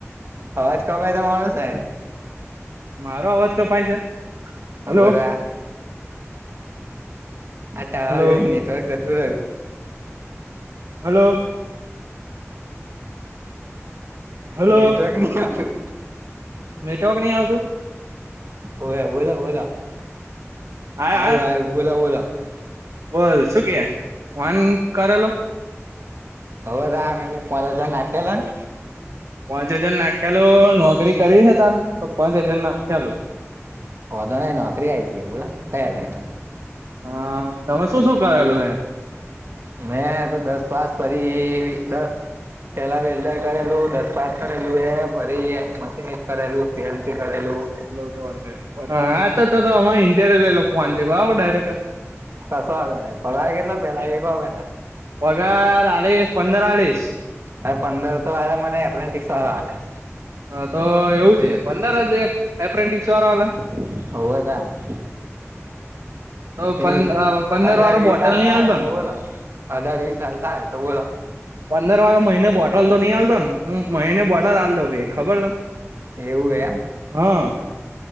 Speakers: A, on the right (about 55°); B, on the right (about 85°).
A: અવાજ કપાઈ તમારો સાહેબ
B: મારો અવાજ કપાય છે. હલો
A: હવદા આ ટાવર
B: હલો
A: નેટવર્ક જતુરાયુ-
B: હલો હલો
A: નેટવર્ક નહી આવતું
B: મેટ નહી આવતું. <unintelligible>
A: ઓ બોલો બોલો
B: આયો
A: આયુ
B: આયો
A: આયુ બોલો બોલો
B: બોલ શું કે ફોન ન કરલો
A: હવે દા આમે કો કોંદ દ નાખલાને <unintelligible>
B: પાંચ હજાર નાખી આલુ નોકરી કરી છે તારે તો પાંચ હજાર નાખી આલુ
A: હો તો નઈ નોકરી આવી જએ બોલા ને <unintelligible>
B: હા તમે શું શું કરેલું હે
A: મેં તો દસ પાસ ફરી દસ પેલા વેજડર કરેલું દસ પાસ કરેલું એ ફરી મશીન કરેલું શંત કળલ <unintelligible>
B: હા તો અરે ઇન્ટર લઈ લો ફોનથી બરાબર ડાયરેક્ટ <unintelligible>
A: કસો વાંધો નહીં પગાર કેટલો પેલા એકોપેલા
B: પગાર એલિસ પંદર આલિસે
A: અરે પંદર તો વાળા મને એપ્રેન્ટિક્સ વાળા હાલે
B: હા તો એવું છે પંદર જ એક હપન્ટિકસ વાળા આલે
A: વવેદ <unintelligible>
B: તો
A: વીસ
B: પ પંદર
A: અઢાર
B: વાળો
A: વીસ
B: બોટલ
A: હાલતા
B: નઈ હાલતો
A: હોય તો
B: ને
A: બોલો અઢાર વીસ હાલતા હોય તો બોલો
B: પંદર વારો મહિને બોટલ તો નહી હાલતો ને હું મહિને બોટલ હાલ દઉ ખબરને
A: એવું એમ
B: હા